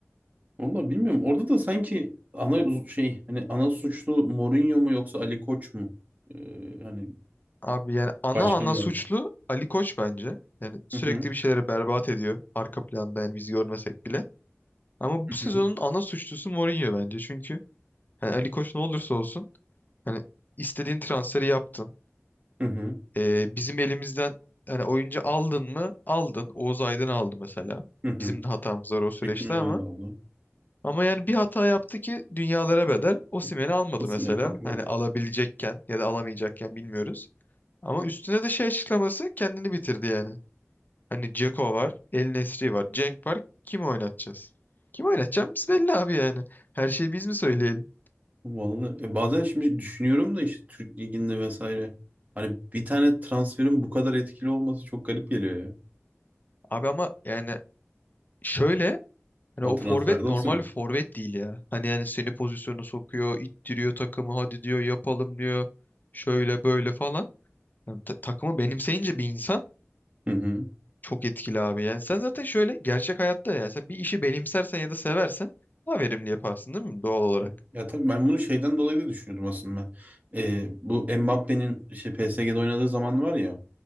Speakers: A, on the right; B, on the left.
A: Vallahi bilmiyorum. Orada da sanki ana şey hani ana suçlu Mourinho mu yoksa Ali Koç mu? Ee, hani
B: Abi yani ana
A: başkan
B: ana
A: olarak.
B: suçlu Ali Koç bence. Yani sürekli
A: Hı hı
B: bir şeylere berbat ediyor arka planda yani biz görmesek bile. Ama
A: hı
B: bu sezonun
A: hı
B: ana suçlusu Mourinho bence. Çünkü hani Ali Koç ne olursa olsun hani istediğin transferi yaptın.
A: hı
B: Ee, bizim elimizden hani oyuncu aldın mı? Aldın. Oğuz Aydın aldı mesela.
A: hı. hı.
B: Bizim de hatamız var o süreçte
A: Tekin yerini
B: ama.
A: aldı.
B: Ama yani bir hata yaptı ki dünyalara bedel. Osimhen'i
A: <laughs>
B: almadı
A: Osimhen
B: mesela.
A: aldı.
B: Hani alabilecekken ya da alamayacakken bilmiyoruz. Ama üstüne de şey açıklaması kendini bitirdi yani. Hani Dzeko var. El Nesri var. Cenk var. Kimi oynatacağız? Kim oynatacağımız belli abi yani. Her şeyi biz mi söyleyelim?
A: Vallahi e, bazen şimdi düşünüyorum da işte Türk Ligi'nde vesaire. Hani bir tane transferin bu kadar etkili olması çok garip geliyor ya.
B: Abi ama yani şöyle hani
A: O
B: o
A: transferde
B: forvet normal
A: Osimhen.
B: bir forvet değil ya. Hani yani seni pozisyona sokuyor, ittiriyor takımı hadi diyor yapalım diyor. Şöyle böyle falan. Yani ta- takımı benimseyince bir insan
A: Hı hı.
B: çok etkili abi. Yani sen zaten şöyle gerçek hayatta yani sen bir işi benimsersen ya da seversen daha verimli yaparsın değil mi doğal olarak?
A: E, Ya tabii ben bunu şeyden dolayı da düşünüyordum aslında. Ee, bu Mbappé'nin işte PSG'de oynadığı zaman var ya